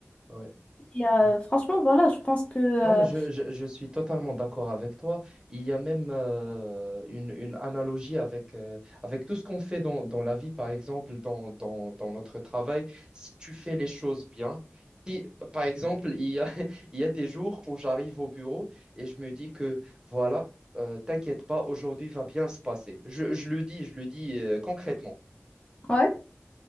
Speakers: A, on the right (about 15°); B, on the left (about 25°).
A: ouais,
B: Et euh,
A: ouais.
B: franchement, voilà, je pense que euh,
A: Non, mais je, je, je suis totalement d'accord avec toi. Il y a même euh, une, une analogie avec, euh, avec tout ce qu'on fait dans, dans la vie, par exemple, dans, dans, dans notre travail. Si tu fais les choses bien, si, par exemple, il y a, <laughs> il y a des jours où j'arrive au bureau et je me dis que, voilà, euh, t'inquiète pas, aujourd'hui va bien se passer. Je, je le dis, je le dis euh, concrètement.
B: Ouais.